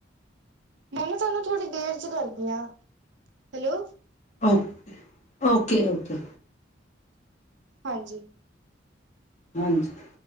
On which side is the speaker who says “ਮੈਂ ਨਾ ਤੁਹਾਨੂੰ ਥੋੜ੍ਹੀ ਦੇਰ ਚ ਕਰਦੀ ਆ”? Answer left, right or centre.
Right